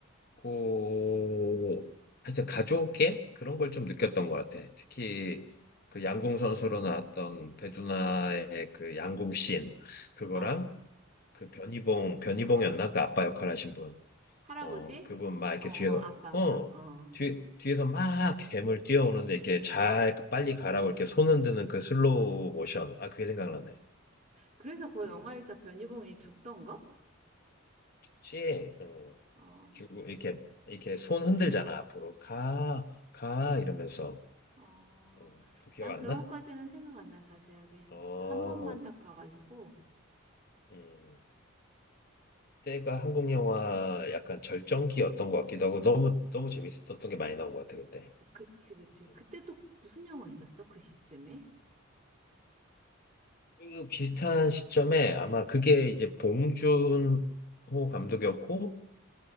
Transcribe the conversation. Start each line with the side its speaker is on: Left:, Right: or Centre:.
Left: 그 하여튼 가족의 그런 걸 좀 느꼈던 것 같아. 특히 그 양궁 선수로 나왔던 배두나의 그 양궁 씬 그거랑
Right: 어,
Left: 그 변희봉 변희봉이었나 그 아빠 역할 하신 분.
Right: 할아버지?
Left: 어 그분 막 이렇게
Right: 어, 어,
Left: 뒤에서
Right: 아빠, 아빠,
Left: 어
Right: 어.
Left: 뒤, 뒤에서 막 괴물 뛰어오는데 이렇게 잘 빨리 가라고 이렇게 손 흔드는 그 슬로우 모션. 아 그게 생각나네.
Right: 그래서 그 영화에서
Left: 음.
Right: 변희봉이 죽던 거?
Left: 혹시 어,
Right: 어.
Left: 주고 이렇게 이렇게 손 흔들잖아 앞으로 가 가 이러면서
Right: 어,
Left: 음, 그 기억
Right: 난
Left: 안
Right: 그런
Left: 나?
Right: 것까지는 생각 안 나, 자세하게.
Left: 어,
Right: 한 번만 딱 봐가지고.
Left: 음, 때가 한국 영화 약간 절정기였던 것 같기도 하고 너무 너무 재밌었던 게 많이 나온 것 같아 그때.
Right: 그치, 그치.
Left: 음.
Right: 그때 또 무슨 영화 있었어? 그 시점에?
Left: 그 비슷한 시점에 아마 그게 이제 봉준호 감독이었고